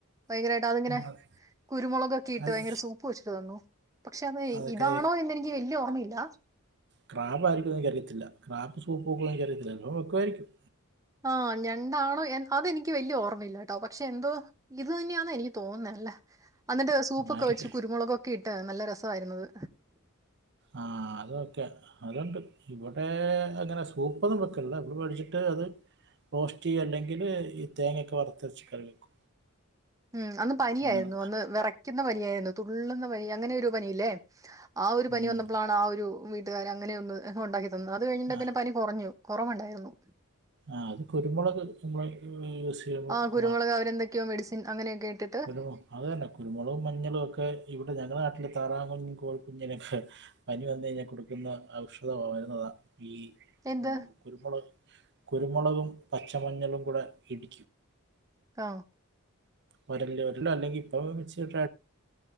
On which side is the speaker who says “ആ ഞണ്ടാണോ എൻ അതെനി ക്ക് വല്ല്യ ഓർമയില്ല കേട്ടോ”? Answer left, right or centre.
Right